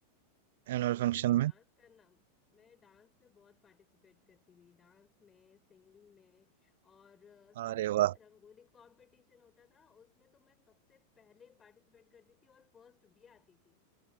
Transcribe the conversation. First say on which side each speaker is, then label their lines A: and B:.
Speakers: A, on the right; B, on the left.
A: एनुअल
B: अ,
A: फंक्शन
B: मुझे डांस
A: में
B: करना मैं डांस में बहुत पार्टिसिपेट करती थी डांस में सिंगिंग में और अ, साथ
A: अरे
B: ही साथ
A: वाह
B: रंगोली कंपटीशन होता था उसमें तो मैं सबसे पहले पार्टिसिपेट करती थी और फर्स्ट भी आती थी